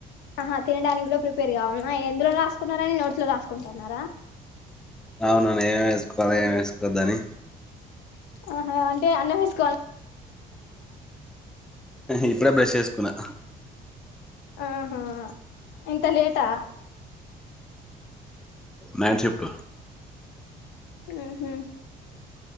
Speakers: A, on the left; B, in the centre.
A: ఆహా తినడానికి కూడా ప్రిపేర్గా కావాల్నా ఎందులో రాసుకున్నారని నోట్ లో రాసుకుంటున్నారా
B: అవునను ఏమేం వేసుకోవాలా ఏం వేసుకోవద్దని
A: ఆహా అంటే అన్నం వేసుకోవాల
B: ఇప్పుడే బ్రష్ చేసుకున్నా
A: ఆహా ఇంత లేటా
B: నైట్ షిఫ్ట్
A: హు హ్మ్